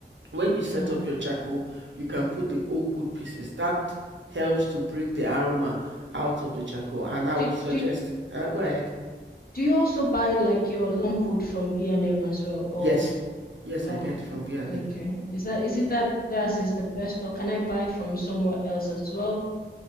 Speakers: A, on the right (about 85°); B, on the left (about 55°).
A: when you set
B: yeah.
A: up your charcoal, you can put the oak wood pieces. That helps to bring the aroma out of the charcoal. And I
B: Do
A: would suggest,
B: do
A: uh, go ahead.
B: do you also buy like your lump wood from B&M as well, or
A: Yes, yes,
B: oh,
A: I get from B&M.
B: okay. Is
A: Yeah.
B: that is it that theirs is the best, or can I buy from somewhere else as well?